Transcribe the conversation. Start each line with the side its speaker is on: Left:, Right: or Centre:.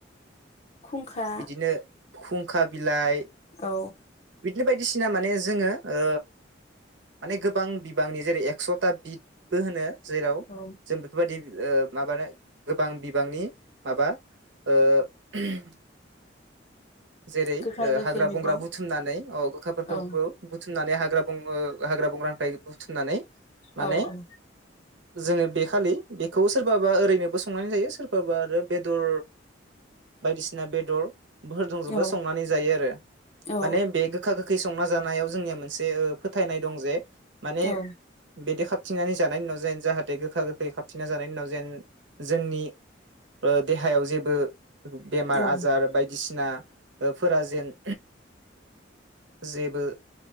Left: खुंखा।
Right: बिदिनो खुंखा बिलाइ।
Left: औ।
Right: बिदिनो बायदिसिना माने जोंङो ओ माने गोबां बिबांनि जेरै एक्स'ता बिदबो होनो। जेराव
Left: औ
Right: जों बेफोरबायदि ओ। माबानो गोबां बिबांनि। माबा ओ। <unintelligible> जेरै
Left: गोखा
Right: ओ
Left: गोखै
Right: हाग्रा
Left: मैगं
Right: बंग्रा बुथुमनानै औ गोखाफोरखौबो
Left: औ
Right: बुथुमनानै हाग्रा बं बुङो हाग्रा बंग्रांनिफाइ बुथुमनानै। माने
Left: औ औ
Right: जोङो बेखालि। बेखौ सोरबाबा ओरैनोबो संनानै जायो सोरबाबा आरो बेदर बायदिसिना बेदर। जोंजोबो
Left: औ
Right: संनानै जायो आरो
Left: औ
Right: माने बे गोखा गोख खै संना जानायाव जोंनिया मोनसे फोथायनाय दं जे। माने
Left: औ
Right: बेदेखाब थिनानै जानायनि उनाव जेन जाहाथे गोखा गोखै खाबथिना जानायनि उनाव जेन जोंनि ओ देहायाव जेबो। बेमार
Left: औ
Right: आजार बायदिसि ना। ओ फोरा जेन जेबो।